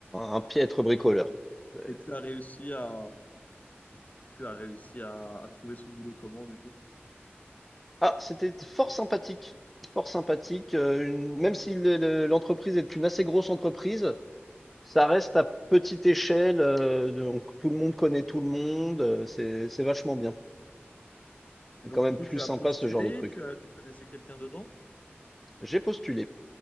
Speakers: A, in the centre; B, on the left (about 40°).
A: un piètre bricoleur. C'est
B: et tu as réussi à, tu as réussi à, à trouver ce boulot comment du coup?
A: ah, c'était fort sympathique, fort sympathique, heu, une même si le le l'entreprise est une assez grosse entreprise, ça reste à petite échelle, heu, donc tout le monde connaît tout le monde, heu, c'est c'est vachement bien.
B: Et
A: C'est
B: donc
A: quand
B: du
A: même
B: coup,
A: plus
B: tu as
A: sympa
B: postulé,
A: ce genre de truc.
B: tu as, tu connaissais quelqu'un dedans?
A: J'ai postulé